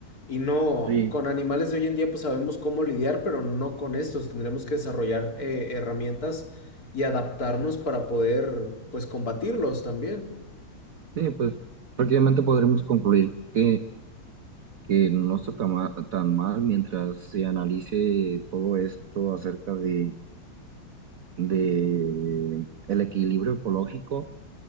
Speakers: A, on the left; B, on the right.
A: Y no,
B: Sí,
A: con animales de hoy en día pues sabemos cómo lidiar, pero no con estos. Tendremos que desarrollar eh, herramientas y adaptarnos para poder pues combatirlos también.
B: sí, pues prácticamente podremos concluir que, que no está tan ma- tan mal, mientras se analice todo esto acerca de, de el equilibrio ecológico.